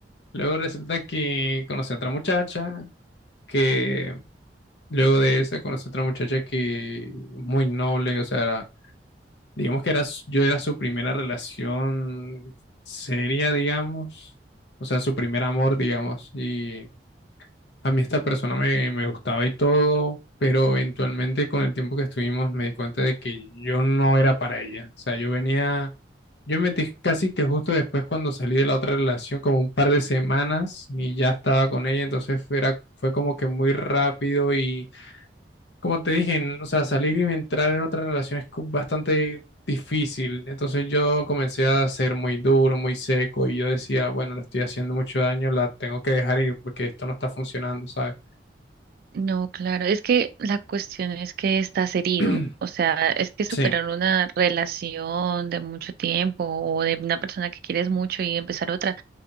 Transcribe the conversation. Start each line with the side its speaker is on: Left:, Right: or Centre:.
Left: Luego resulta que conocí a otra muchacha, que luego de esa conocí a otra muchacha que muy noble, o sea, era- digamos que era, s- yo era su primera relación seria, digamos, o sea, su primer amor, digamos, y A mí esta persona me, me gustaba y todo, pero eventualmente con el tiempo que estuvimos me di cuenta de que yo no era para ella. O sea, yo venía, yo me metí casi que justo después cuando salí de la otra relación, como un par de semanas y ya estaba con ella, entonces fue, era- fue como que muy rápido y como te dije, n- o sea, salir y entrar en otra relación es co- bastante difícil. Entonces yo comencé a ser muy duro, muy seco y yo decía, bueno, le estoy haciendo mucho daño, la tengo que dejar ir porque esto no está funcionando, ¿sabes?
Right: No, claro. Es que la cuestión es que estás herido.
Left: <clears throat>
Right: O sea, es que superar
Left: Sí,
Right: una relación de mucho tiempo o de una persona que quieres mucho y empezar otra